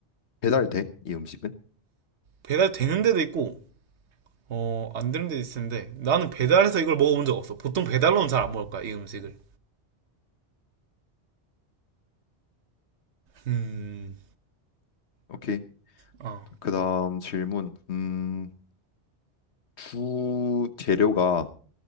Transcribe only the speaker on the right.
배달 되는 데도 있고, 어, 안 되는 데도 있는데, 나는 배달해서 이걸 먹어본 적 없어. 보통 배달로는 잘 안 먹을 거야, 이 음식을. 음,
어,